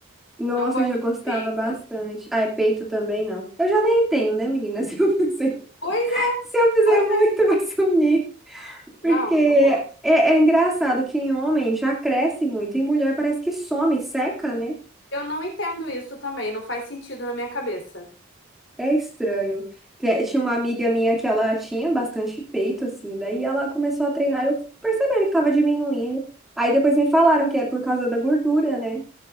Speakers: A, in the centre; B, on the left.
A: Nossa,
B: não gosto
A: eu já gostava
B: de peito.
A: bastante. Ah, é peito também, não. Eu já nem tenho, né, menina? <laughs> Se eu fizer,
B: Pois é,
A: se eu fizer
B: pois
A: muito,
B: é.
A: vai sumir. Porque
B: Não,
A: é,
B: não gosto.
A: é engraçado que em homem já cresce muito, em mulher parece que some, seca, né?
B: Eu não entendo isso também, não faz sentido na minha cabeça.
A: É estranho. Te- Tinha uma amiga minha que ela tinha bastante peito, assim, daí ela começou a treinar e eu percebendo que tava diminuindo. Aí depois me falaram que é por causa da gordura, né?